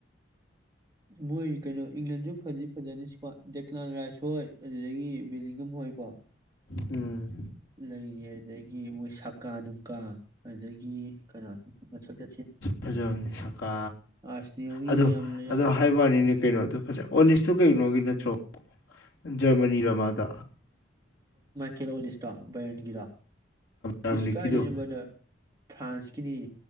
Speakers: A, on the right; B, on the left.
A: ꯃꯣꯏ ꯀꯩꯅꯣ ꯏꯪꯂꯦꯟꯁꯨ ꯐꯖꯤ ꯐꯖꯅꯤꯀ ꯗꯦꯂꯥꯟ ꯔꯥꯏꯁ ꯍꯣꯏ ꯑꯗꯨꯗꯒꯤ ꯕꯤꯂꯤꯡꯝ ꯍꯣꯏꯀꯣ
B: ꯎꯝ
A: ꯂꯩꯔꯤ ꯑꯗꯨꯗꯒꯤ ꯃꯣꯏ ꯁꯛ ꯀꯥ ꯅꯨꯡꯀꯥ ꯑꯗꯨꯗꯒꯤ ꯀꯅꯥ ꯃꯊꯛꯇꯦ
B: ꯐꯖꯕꯅꯤ ꯁꯀꯥ
A: ꯑꯥꯔꯁꯅꯦꯜꯒꯤꯒ
B: ꯑꯗꯣ
A: ꯌꯥꯝ ꯂꯩ-
B: ꯑꯗꯣ ꯍꯥꯏꯕꯅꯤꯅꯦ ꯀꯩꯅꯣꯗꯣ ꯐꯖꯩ ꯑꯣ ꯂꯤꯁꯇꯨ ꯀꯩꯅꯣꯒꯤ ꯅꯠꯇ꯭ꯔꯣ ꯎꯝ ꯖꯔꯃꯅꯤ ꯔꯃꯥꯗ
A: ꯀꯣ ꯕꯔꯦꯟꯒꯤꯗ
B: ꯖꯔꯃꯅꯤꯒꯤꯗꯣ
A: ꯏꯁꯀꯥꯏꯕꯗ ꯐ꯭ꯔꯥꯟꯁꯀꯤꯅꯤ